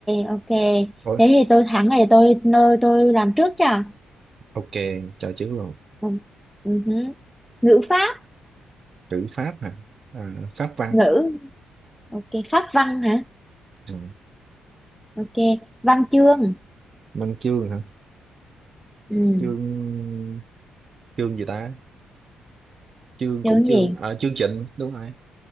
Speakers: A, in the centre; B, on the right.
A: ok
B: Ôi,
A: thế thì tôi thắng này tôi nơi tôi làm trước cho
B: ok cho chữ luôn
A: ừ. ừ hứ. ngữ pháp
B: chữ pháp hả à, pháp văn
A: ngữ ok pháp văn hả
B: ừ.
A: Ok, văn chương.
B: văn chương hả
A: Ừ,
B: chương chương gì ta chương
A: chương
B: cũng chương
A: gì?
B: à, chương trình đúng rồi